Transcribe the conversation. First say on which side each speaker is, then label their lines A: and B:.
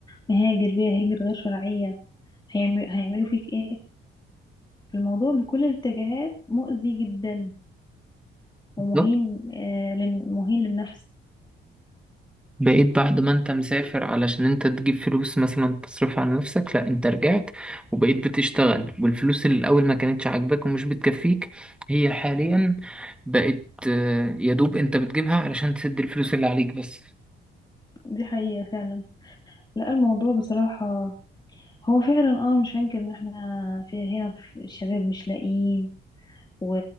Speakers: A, on the left (about 20°); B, in the centre.
A: مهاجر بيها هجرة غير شرعية هيعمل... هيعملوا فيك ايه فالموضوع بكل الاتجاهات مؤذي جدا ومهين
B: بالظبط
A: آه لن... مهين للنفس
B: بقيت بعد ما انت مسافر علشان انت تجيب فلوس مثلا تصرف على نفسك لا انت رجعت وبقيت بتشتغل والفلوس اللي الاول ما كانتش عاجباك ومش بتكفيك هي حاليا بقت آه، يا دوب انت بتجيبها علشان تسد الفلوس اللي عليك بس
A: دي حقيقة فعلا لا الموضوع بصراحة هو فعلا انا مش هنكر ان احنا في هنا في الشباب مش لاقيين و-